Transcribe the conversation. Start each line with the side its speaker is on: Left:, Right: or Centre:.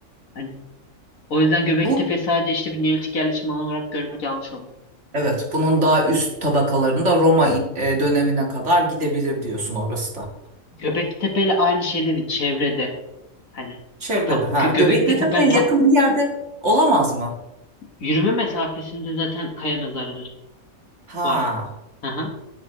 Left: Hani o yüzden Göbektepe
Right: Bu
Left: sadece işte bir neolitik yerleşim alanı olarak görmek yanlış olur.
Right: evet bunun daha üst tabakalarında Roma e, dönemine kadar gidebilir diyorsun orası da.
Left: Göbektepe ile aynı şey değil çevrede. Hani
Right: Çevrede
Left: tap,
Right: ha
Left: Gö-
Right: Göbekli
Left: Göbektepe'nin
Right: Tepe'ye
Left: tap,
Right: yakın bir yerde olamaz mı?
Left: yürüme mesafesinde zaten kaya mezarları
Right: Ha.
Left: var. Aha.